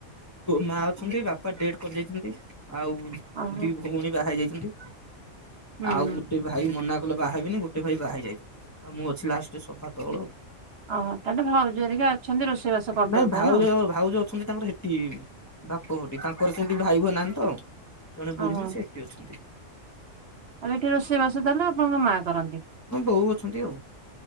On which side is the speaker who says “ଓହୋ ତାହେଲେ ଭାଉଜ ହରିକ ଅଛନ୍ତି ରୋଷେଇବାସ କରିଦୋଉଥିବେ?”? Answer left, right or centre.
Right